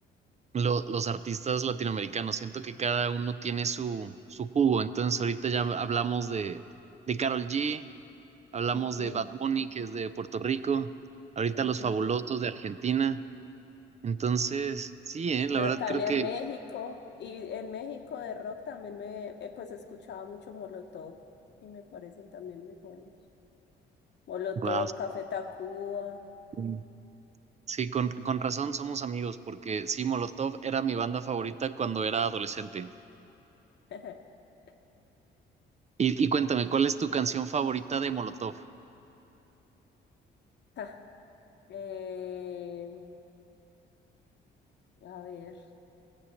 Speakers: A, on the right; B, on the left.
A: lo- los artistas latinoamericanos. Siento que cada uno tiene su, su jugo. Entonces ahorita ya hablamos de, de Karol G, hablamos
B: Ujú,
A: de Bad Bunny, que es de Puerto Rico, ahorita
B: ujú.
A: Los Fabulosos de Argentina. Entonces, sí, eh,
B: Natalia
A: la verdad creo que,
B: en México y en México de rock también me eh, pues escuchaba mucho Molotov y me parecen también muy buenos. Molotov,
A: wow.
B: Café Tacuba.
A: Sí, Sí, con, con razón somos amigos, porque sí, Molotov era mi banda favorita cuando era adolescente.
B: <laughs>
A: Y, y cuéntame, ¿cuál es tu canción favorita de Molotov?
B: Ja, eh, a ver,